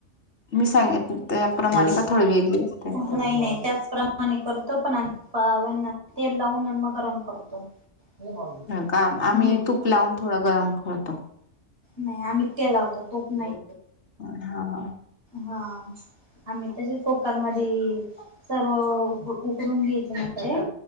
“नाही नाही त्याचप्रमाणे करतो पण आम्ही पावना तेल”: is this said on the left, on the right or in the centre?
Right